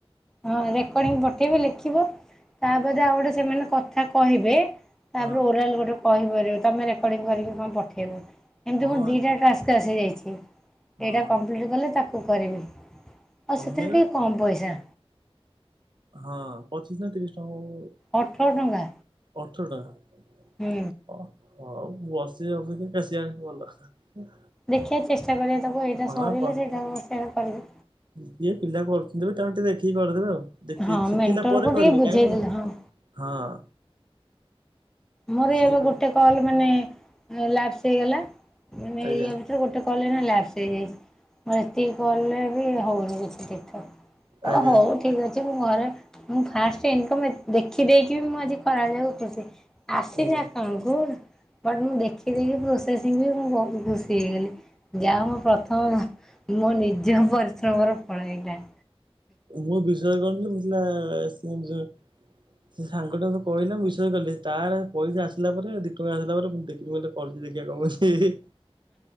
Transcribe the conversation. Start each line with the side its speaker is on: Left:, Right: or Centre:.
Centre: ହଁ ରେକର୍ଡିଙ୍ଗ ପଠେଇବେ ଲେଖିବ ତାପରେ ଆଉ ଗୋଟେ ସେମାନେ କଥା କହିବେ ତାପରେ
Right: ହଁ
Centre: ଓରାଲ ଗୋଟେ କହିପାରିବେ ତମେ ରେକର୍ଡିଗଂ କରିକି କଣ ପଠେଇବ। ଏମତି
Right: ହଁ
Centre: ମୁଁ ଦିଇଟା ଟାସ୍କ ଆସିଯାଇଛି
Right: ହଁ
Centre: ଏଇଟା କମ୍ପ୍ଲିଟ୍ କଲେ ତାକୁ କରିବି। ଆ
Right: ତମେ
Centre: ସେଥିରେ ଟିକେ କମ୍ ପଇସା।
Right: ହଁ ପଚିଶ ନା ତିରିଶ ଟଙ୍କା କ <unintelligible>
Centre: ଅଠର ଟଙ୍କା।
Right: ଅଠର ଟଙ୍କା?
Centre: ହୁଁ।
Right: ଅ ହଉ ବସିବା ଅପେକ୍ଷା କାଶିବା ଭଲ।
Centre: ଦେଖିଆ ଚେଷ୍ଟା କରିଆ ତାକୁ
Right: ହଁ
Centre: ଏଇଟା ସରିଲେ
Right: କ
Centre: ସେଇଟା <unintelligible> କରିବି।
Right: କିଏ ପିଲା କରୁଥିବେ ତାଙ୍କଠୁ ଟିକେ ଦେଖିକି କରିଦେବେ ଆଉ ଦେଖି
Centre: ହଁ
Right: ଶିଖିଲା
Centre: ମେଣ୍ଟରକୁ
Right: ପରେ କରିବେ
Centre: ଟିକେ ବୁଝେଇଦେଲେ
Right: କାହିଁକିନା
Centre: ହଁ।
Right: ହଁ।
Centre: ମୋର
Right: ସିଏ
Centre: ଏବେ
Right: ବି
Centre: ଗୋଟେ କଲ୍ ମାନେ ଅ ଲାପସ ହେଇଗଲା ମାନେ
Right: ଆଜ୍ଞା
Centre: ଇଏ ଭି ତରୁ ଗୋଟେ କଲ ଏଇନା ଲାପସ ହେଇଯାଇଛି ମୁଁ ଏତିକି କଲରେ ବି ହଉନି କିଛି। ଏତିକି ତ ଅ
Right: ଆଜ୍ଞା
Centre: ହଉ ଠିକ ଅଛି ମୁଁ ଘରେ ମୁଁ ଫାଷ୍ଟ ଇନକମ ଏ ଦେଖ୍ ଖି ଦେଇକି ବି ମୁଁ ଆଜି ଖରାବେଳ ଯାକ ଖୁସି ଆସି
Right: ଆଜ୍ଞା
Centre: ନି ଆକାଉଣ୍ଟ୍ କୁ ବଟ୍ ମୁଁ ଦେଖିଦେଲି ପ୍ରୋସେସିଂ ରେ ମୁଁ ବହୁତ ଖୁସି ହେଇଗଲି। ଯାହା ହଉ ପ୍ରଥମ ମୋ ମୋ ନିଜ ପରିଶ୍ରମର ଫଳ ଏଇଟା।
Right: ମୁଁ ବିଶ୍ଵାସ କରୁ ନ ଥିଲି ମୁଁ କହିଲି ଆ-ଆ-ଆ-ଆ ଆସିବନି ଯଦ୍ ସେ ସାଙ୍ଗ ଟା ମତେ କହିଲା ମୁଁ ବିଶ୍ଵାସ କଲିିନି ତାର ପଇସା ଆସିଲା ପରେ ଦିଇ ଟଙ୍କା ଆସିଲା ପରେ ମୁଁ ଦେଖ୍ ମୁଁ ଏଇଟା କରୁଚି ଦେଖିଆ କଁ ହଉଚି ହି।